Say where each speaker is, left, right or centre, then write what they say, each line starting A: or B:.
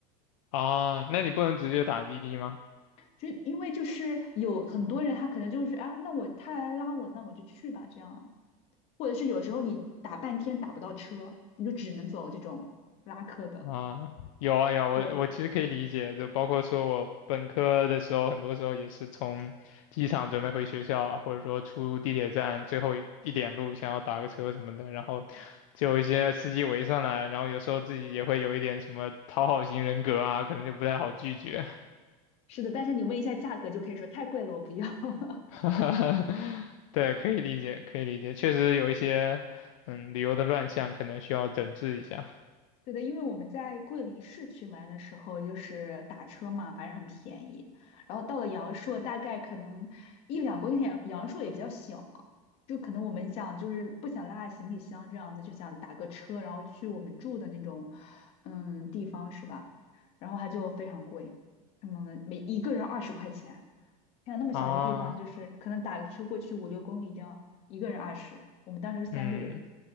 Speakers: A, on the left (about 60°); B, on the left (about 35°).
A: 啊，那你不能直接打滴滴吗？
B: 就因为就是有很多人他可能就是啊，那我他来拉我，那我就去吧这样，或者是有时候你打半天打不到车，你就只能走这种拉客的。
A: 啊，有啊有啊我我其实可以理解，
B: 对，
A: 就包括说我本科的时候，很多时候也是从机场准备回学校啊，或者说出地铁站最后一点路，想要打个车什么的，然后就有一些司机围上来，然后有时候自己也会有一点什么讨好型人格啊，可能就不太好拒绝。
B: 是的，但是你问一下价格就可以说太贵了，我不要。<laughs>
A: <laughs> 对，可以理解，可以理解，确实有一些嗯旅游的乱象，可能需要整治一下
B: 对的，因为我们在桂林市区玩的时候，就是打车嘛，反正很便宜。然后到了阳朔，大概可能一两公里，阳阳朔也比较小嘛，就可能我们想就是不想拉行李箱这样子，就想打个车，然后去我们住的那种嗯地方是吧？然后它就非常贵，什么每一个人二十块钱。看到那么小一个地方，
A: 啊，
B: 就是可能打个车过去五六公里这样，一个人二十，我们当时是三个人，
A: 嗯。